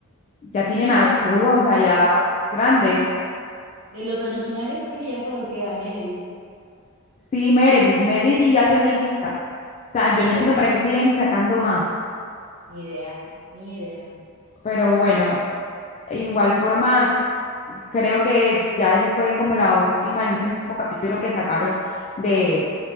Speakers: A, on the left; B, on the right.
A: ya tienen
B: Sí,
A: arrugas,
B: pues
A: o sea, ya grandes.
B: de los originales creo que ya solo queda Meredith.
A: Sí, Meredith, Meredith ya se ve viejita. O sea, yo
B: Sí,
A: no
B: ya,
A: entiendo para qué siguen sacando más,
B: ni idea, ni idea,
A: pero
B: pero
A: bueno,
B: bueno.
A: igual forma, creo que ya ese fue como la última, el último capítulo que sacaron de